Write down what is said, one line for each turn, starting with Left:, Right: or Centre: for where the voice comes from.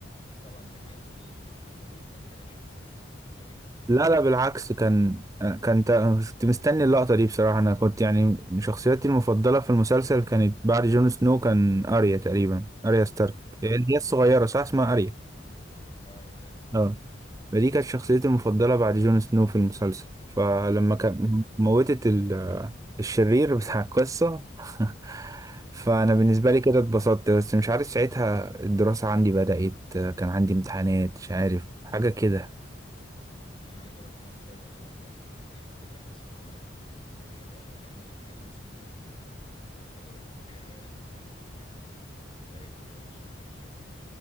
Left: طبعا انت كرهت الحتة دي فما كملش مسلسل ولا ايه
Right: لا لا بالعكس كان كان كنت مستني اللقطة دي بصراحة أنا كنت يعني شخصيتي المفضلة في المسلسل كانت بعد جون سنو كان أريا تقريبا أريا ستارك
Left: والله
Right: هي هي الصغيرة صح اسمها أريا
Left: اه هي يعني
Right: اه فدي كانت شخصيتي المفضلة بعد جون سنو في المسلسل فلما كان
Left: اه
Right: موتت ال- الشرير بتاع القصة <laughs> فأنا بالنسبة لي كده اتبسطت بس مش عارف ساعتها الدراسة عندي بدأت كان عندي امتحانات مش عارف حاجة كده
Left: انا عايز اقول لك ان انا بتفرج عليه برضو وقت امتحانات وكده بس هو كان حلو قوي يعني لحد الموسم الثامن كده انا عايز اقول لك حاجة حلوة ان انت ما كملتوش يعني الباقي كله وحش وحش قوي